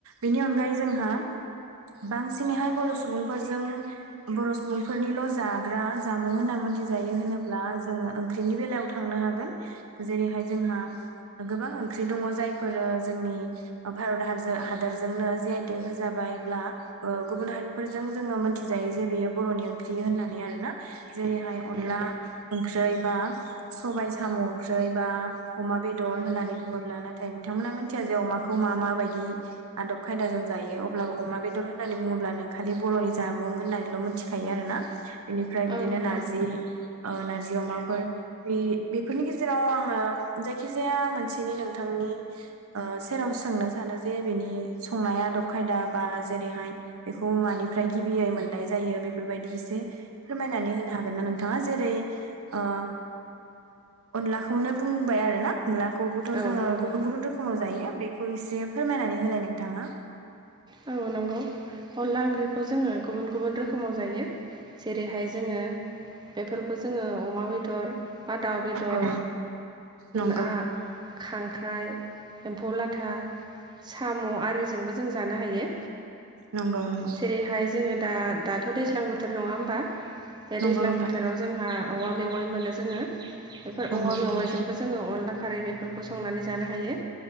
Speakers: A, on the right; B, on the right.
A: बेनि अनगायै जोंहा बांसिनैहाय बर' सुबुंफोरजों बर' सुबुंफोरनिल' जाग्रा जामुं होनना मोनथिजायो होनोब्ला जोङो ओंख्रिनि बेलायाव थांनो हागोन। जेरैहाय जोंहा गोबां ओंख्रि दङ जायफोरो जोंनि भारत हागजो-हादोरजोंनो जि आइ टेग होजाबायब्ला ओ गुबुन हारिफोरजों जोङो मोनथिजायो जे बेयो बर'नि ओंख्रि होननानै आरो ना। जेरैहाय अनला
B: नंगौ
A: ओंख्रै बा, सबाय साम' ओंख्रै बा अमा बेदर होननानै बुङोब्ला नाथाय बिथांमोना मिथिया जे अमाखौ मा माबायदि आदब खायदा जों जायो अब्लाबो अमा बेदर होननानै बुङोब्ला नों खालि बर'नि जामुं होननानैल' मिथिखायो आरोना। बिनिफ्राय बिदिनो
B: औ नंगौ
A: नारजि, ओ नार्जि अमाफोर बे बेफोरनि गेजेराव आङो जायखिजाया मोनसेनि नोंथांनि ओ सेराव सोंनो सानो जे बिनि संनाय आदब खायदा बा जेरैहाय बेखौ मानिफ्राय गिबियै मोननाय जायो बेफोरबायदि एसे फोरमायनानै होनो हागोन ना नोंथाङा जेरै ओ अनलाखौनो बुंबाय आरो ना। अनलाखौबोथ'
B: औ
A: जोङो
B: नंगौ
A: गुबुन गुबुन रोखोमाव जायो बेखौ एसे फोरमायनानै होलाय नोंथाङा।
B: औ नंगौ। अनला ओंख्रि खौ जोङो गुबुन गुबुन रोखोमाव जायो। जेरैहाय जोङो बेफोर खौ जोङो अमा बेदर बा दाउ बेदर,
A: औ नंगौ
B: ना खांख्राइ, एम्फौ लाथा, साम' आरिजोंबो जों जानो हायो।
A: नंगौ नंगौ
B: जेरैहाय जोङो दा दाथ' दैज्लां बोथोर नङा होमबा बे
A: नंगौ
B: दैज्लां
A: नोंथां
B: बोथोराव जोंहा औवा मेवाइ मोनो जोङो। बेफोर
A: नंगौ
B: औवा मेवाइजोंबो
A: नंगौ
B: जोङो अनला खारै बेफोरखौ संनानै जानो हायो।